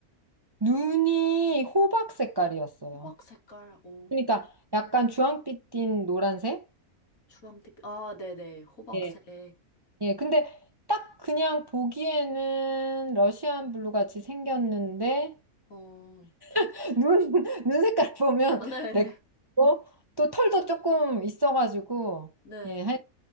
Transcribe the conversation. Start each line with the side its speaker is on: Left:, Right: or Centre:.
Right: 눈이 호박 색깔이었어요.
Left: 호박 색깔, 오,
Right: 그러니까 약간 주황빛 띤 노란색?
Left: 주황빛, 아, 네네, 호박색.
Right: 예. 예. 근데 딱 그냥 보기에는 러시안 블루 같이 생겼는데
Left: 어,
Right: <laughs> 눈, 눈 색깔 보면
Left: 아, 네,
Right: 렉돌고 또 털도 조금 있어가지고
Left: 네,
Right: 예, 한